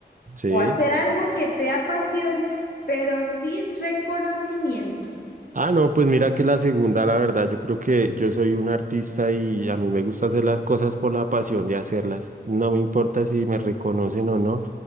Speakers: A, on the right; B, on the left.
A: sí.
B: o hacer algo que te apasione pero sin reconocimiento?
A: Ah, no, pues mira que la segunda, la verdad, yo creo que yo soy un artista y a mí me gusta hacer las cosas por la pasión de hacerlas. No me importa si me reconocen o no.